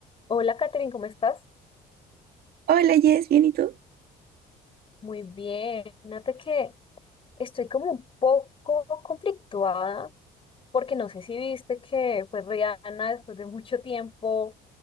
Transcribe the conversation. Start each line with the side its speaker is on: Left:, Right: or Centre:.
Left: Hola, Katherine, ¿cómo estás?
Right: Hola Jess, ¿bien y tú?
Left: Muy bien. Fíjate que estoy como un poco conflictuada porque no sé si viste que pues Rihanna después de mucho tiempo